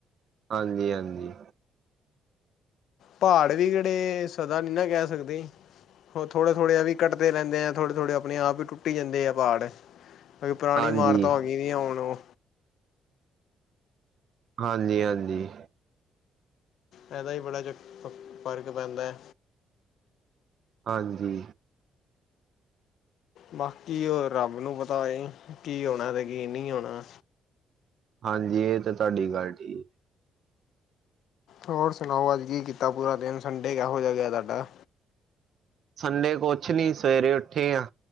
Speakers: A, on the right (about 60°); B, on the left (about 75°).
A: ਹਾਂਜੀ-ਹਾਂਜੀ।
B: ਪਾੜ ਵੀ ਕੇੜੇ ਸਦਾ ਨੀ ਨਾ ਕੈ ਸਕਦੇ। ਓ ਥੋੜੇ-ਥੋੜੇ ਵੀ ਕਟਦੇ ਰੈਂਦੇ ਆ ਥੋੜੇ-ਥੋੜੇ ਆਪਨੇ ਆਪ ਵੀ ਟੁੱਟੀ ਜਾਂਦੇ ਐ ਪਾੜ ਕਿਓਂਕਿ ਪੁਰਾਨੀ
A: ਹਾਂਜੀ,
B: ਇਮਾਰਤਾਂ ਹੋ ਗਈਆਂ ਹੁਨ ਓ।
A: ਹਾਂਜੀ-ਹਾਂਜੀ।
B: ਏਹਦਾ ਵੀ ਬੜਾ ਚ ਫਰਕ ਪੈਂਦਾ।
A: ਹਾਂਜੀ
B: ਬਾਕੀ ਓ ਰੱਬ ਨੂੰ ਪਤਾ ਏ, ਕੀ ਹੋਨਾ ਤੇ ਕੀ ਨਈ ਹੋਨਾ।
A: ਹਾਂਜੀ ਏ ਤੇ ਤੁਆਡੀ ਗੱਲ ਠੀਕ।
B: ਹੋਰ ਸੁਨਾਓ ਅੱਜ ਕੀ ਕੀਤਾ ਪੂਰਾ ਦਿਨ ਸੰਡੇ ਕਿਹੋ ਜਾ ਗੇਆ ਤੁਆਡਾ।
A: ਸੰਡੇ ਕੁਛ ਨੀ ਸਵੇਰੇ ਉੱਠੇ ਆਂ,